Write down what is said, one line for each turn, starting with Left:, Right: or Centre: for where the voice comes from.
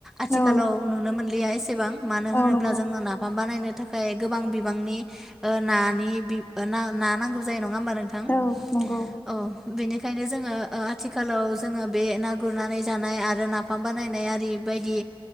Centre: आथिखालाव
Left: औ
Centre: नुनो मोनलिया एसेबां मानो होनोब्ला
Left: औ नंगौ
Centre: जोंङो नाफाम बानायनो थाखाय गोबां बिबांनि नानि बि ना ना नांगौ जायो नङा होमबा नोंथां
Left: औ नंगौ
Centre: औ बेनिखायनो जोङो आथिखालाव जोङो बे ना गुरनानै जानाय आरो नाफाम बानायनाय आरि बायदि